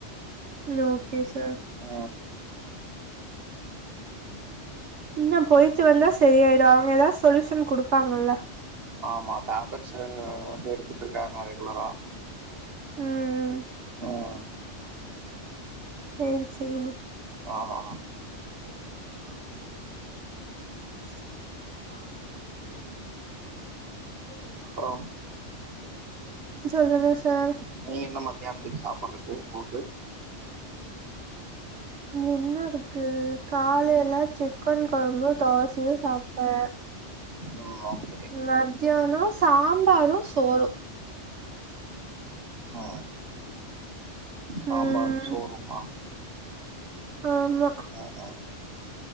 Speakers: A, on the right (about 75°); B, on the right (about 55°).
A: ஓகே சார்
B: ஆ
A: இல்ல போய் ட்டு வந்தா சரியாயிடும் அவங்க எதாவ்து சொல்யூஷன் குடுப்பாங்கள்ல
B: ஆமா டேப்லெட்ஸ் வேற வந்து எடுத்துட்டு இருக்காங்க ரெகுலரா
A: ம்
B: ம்
A: செரி சொல்லு
B: ஆமாமா
A: <unintelligible> <unintelligible>
B: அப்றோ
A: சொல்லுங்க சார்
B: நீ என்ன மத்தியானத்துக்கு சாப்பிட்றக்கு உங்குள்க்கு
A: என்ன இருக்கு காலையில சிக் கன் கொழம்பு தோசையு சாப்ட்ட
B: ம் ஓகே
A: மத்தியானம் சாம்பாரும் சோறும்
B: ஆ சாம்பாரு
A: ம்
B: சோறுமா
A: ஆமா
B: அ அ